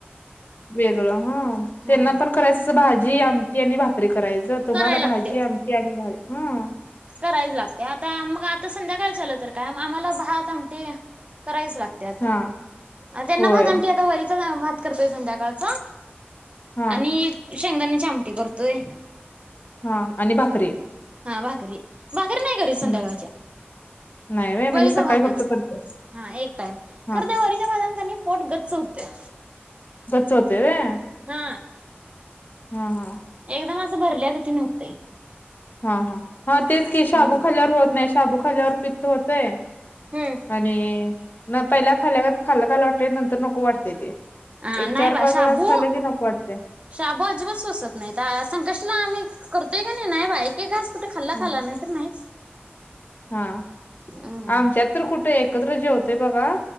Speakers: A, on the left; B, on the right.
A: वेगळ हं
B: हा
A: त्यांना पण करायचं अस भाजी, आमटी आणि भाकरी करायच तुम्हाला
B: कराय
A: भाजी,
B: लागत्यात.
A: आमटी आणि भा ह.
B: करायच लागते आता मग आता संध्याकाळच्या आल तर काय आम्हाला भात आमटी करायच लागतत
A: हा
B: त्यांना
A: होय
B: भात आमठी आता वरीचा भात करतोय संध्याकाळचा
A: हा
B: आणि शेंगदाण्याची आमटी करतोय
A: हा आणि भाकरी
B: भाकरी भाकरी नाही करीत संध्याकाळच्या
A: हम्म नाही व्हय म्हणजे
B: वरीचा
A: सकाळी
B: भातच
A: फक्त करते
B: हा एक टाइम
A: हा
B: खरं त्या वरीच्या भातन का नाहीं पोट गच्च होते
A: गच्च होतेय होय
B: हा
A: हा हा
B: एकदम असं भरल्या गतीन व्हते
A: हा हा हा तेच की शाबू
B: हम्म
A: खाल्यावर होत नाही शाबू खाल्ल्यावर पित्त होतय
B: हम्म
A: आणि नं पहिल्यां खाल्ल्या खाल्ला खायंला वाटलं नंतर नको वाटतेंय ते
B: आ
A: एक
B: नाहीं
A: चार
B: बा
A: पाच
B: शाबू
A: घास खाल्ले की नको वाटते
B: शाबू अजिबात सोसत नाही तर संकष्टीला आम्ही करतोय का नाही नाही बा एक एक घास कुठे खाल्ला
A: हा
B: खाल्ला नाही तर नाहीच
A: हा
B: हम्म.
A: आमच्यात तर कुठे एकत्र जेवतो बघा